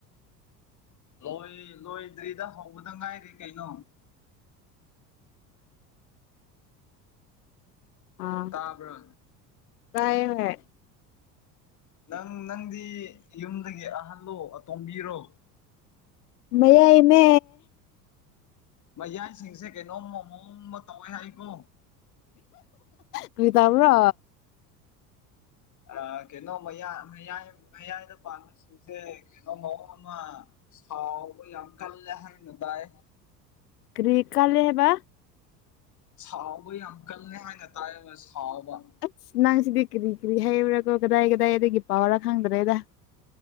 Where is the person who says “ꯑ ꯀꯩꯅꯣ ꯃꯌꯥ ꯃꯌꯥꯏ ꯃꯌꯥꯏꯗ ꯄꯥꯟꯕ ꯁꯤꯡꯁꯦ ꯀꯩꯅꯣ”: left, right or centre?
Left